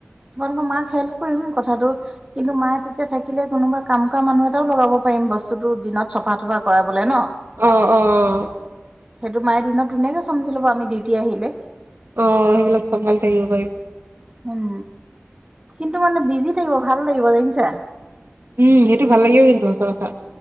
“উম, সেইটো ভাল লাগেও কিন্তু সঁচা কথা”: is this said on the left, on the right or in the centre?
Right